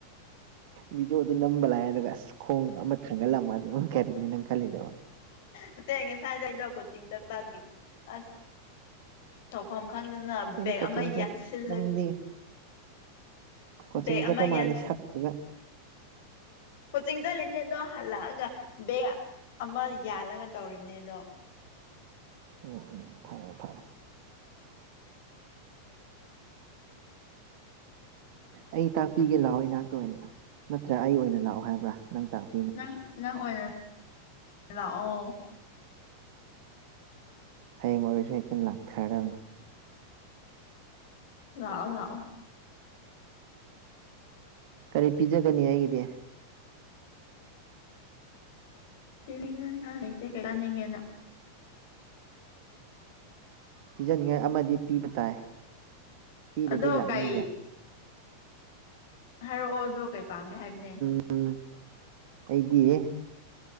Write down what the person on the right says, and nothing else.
ꯚꯗꯤꯑꯣꯗ ꯅꯝꯕ ꯂꯥꯛꯑꯦ ꯑꯗꯨꯒ ꯑꯁ ꯈꯣꯡ ꯑꯃ ꯊꯥꯡꯒꯠꯂꯝꯃ ꯑꯗꯨꯝ ꯀꯔꯤꯒꯤꯅꯪ ꯀꯜꯂꯂꯣ
ꯑꯩꯅ
ꯀꯣꯆꯤꯡ
ꯆꯠ
ꯅꯪꯗꯤ ꯀꯣꯆꯤꯡ
ꯆꯠꯄ
ꯃꯥꯜꯂꯦ
ꯁꯛꯇꯨꯒ
ꯎꯝ ꯎꯝ ꯐꯔꯦ ꯐꯔꯦ ꯑꯩ ꯇꯥꯛꯄꯤꯒꯦ ꯂꯥꯛꯑꯣ ꯏꯅꯥꯛꯇ ꯑꯣꯏꯅ ꯅꯠꯇ꯭ꯔꯥ ꯑꯩ ꯑꯣꯏꯅ ꯂꯥꯛꯑꯣ ꯍꯥꯏꯕ꯭ꯔꯥ ꯅꯪ ꯇꯥꯛꯄꯤ
ꯍꯌꯦꯡ ꯑꯣꯏꯔꯁꯨ ꯍꯦꯛꯇ ꯂꯥꯛꯊꯔꯕꯅꯦ
ꯀꯔꯤ ꯄꯤꯖꯒꯅꯤ ꯑꯩꯒꯤꯗꯤ
ꯄꯤꯖꯅꯤꯡꯉꯥꯏ ꯑꯃꯗꯤ ꯄꯤꯕ ꯇꯥꯏ ꯄꯤꯗꯗꯤ
ꯂꯥꯛꯅꯤꯡꯗꯦ
ꯎꯝ ꯑꯩꯗꯤ